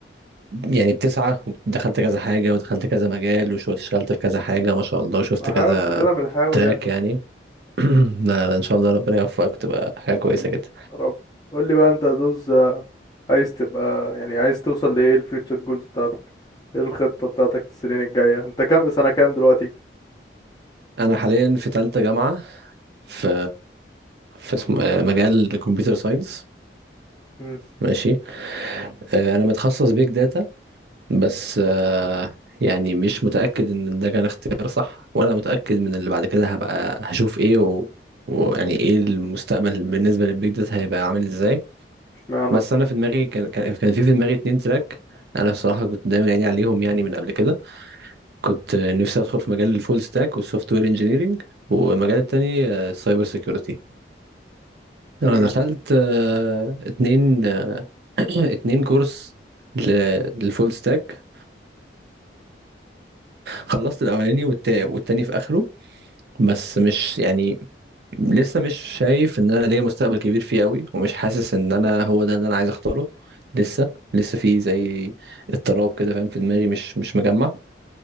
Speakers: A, on the right; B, on the left.
A: يعني بتسعى ودخلت كذا حاجة ودخلت كذا مجال واشتغلت في كذا حاجة ما شاء الله وشفت
B: بحاول
A: كذا
B: كلنا بنحاول
A: تراك
B: يعني
A: يعني <clears throat> لا لا، ان شاء الله ربنا يوفقك تبقى حاجة كويسة جدا
B: يا رب قول لي بقى انت يا زوز آه، عايز تبقى يعني عايز توصل لايه الفيوتشر جولز بتاعتك ايه الخطة بتاعتك السنين الجاية انت كام سنة كام دلوقتي
A: انا حاليا في تالتة جامعة في في اسم... آه، مجال الكمبيوتر ساينس
B: امم
A: ماشي آه، انا متخصص بيج داتا بس آه، يعني مش متاكد ان ده كان اختيار صح ولا متاكد من اللي بعد كده هبقى هشوف ايه و... ويعني ايه المستقبل بالنسبه للبيج داتا هيبقى عامل ازاي
B: اشمعنى
A: بس انا في دماغي كان كان كان في في دماغي اتنين تراك انا بصراحه كنت دايما عيني عليهم يعني من قبل كده كنت آه، نفسي ادخل في مجال الفول ستاك والسوفت وير انجينيرنج والمجال التاني آه، السايبر سيكيورتي
B: امم
A: انا دخلت آه، اتنين <clears throat> اتنين كورس ل- للفول ستاك خلصت الاولاني والتا- والتاني في اخره بس مش يعني لسه مش شايف ان انا ليا مستقبل كبير فيه قوي ومش حاسس ان انا هو ده اللي انا عايز اختاره لسه لسه في زي اضطراب كده فاهم في دماغي مش مش مجمع